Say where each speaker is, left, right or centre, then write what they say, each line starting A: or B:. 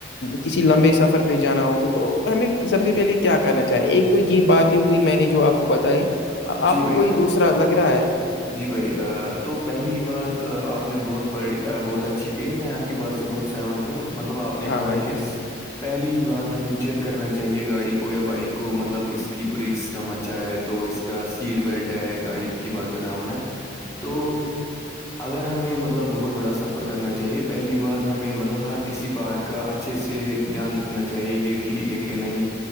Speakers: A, on the left; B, on the left.
A: کسی لمبے سفر پہ جانا ہو تو ہمیں سب سے پہلے کیا کرنا چاہیے ایک تو یہ باتیں ہوئی میں نے جو آپ کو بتائی آپ
B: جی
A: کو
B: بھائی
A: کوئی
B: تو
A: دوسرا لگ رہا ہے
B: جی بھائی تو پہلی بات آپ نے بہت بڑی بہت اچھی کہی میں آپ کی بات سے بہت سہمت ہوں مطلب آپ نے
A: ہاں
B: کہا
A: بھائی جان
B: کہ پہلی ہی بات ہمیں چیک کرنا چاہیے گاڑی کو یا بائک کو مطلب اس کی بریک سسٹم اچ اچھا ہے تو اس کا سیٹ بیلٹ ہے گاڑی کی بات کر رہا ہوں میں تو
A: ہاں بھائی جان،
B: اگر ہمیں مطلب بہت بڑا سفر کرنا چاہیے پہلی بار ہمیں مطلب ہر کسی پارٹ کا اچھے سے دھیان رکھنا چاہیے یہ ٹھیک ہے کہ نہیں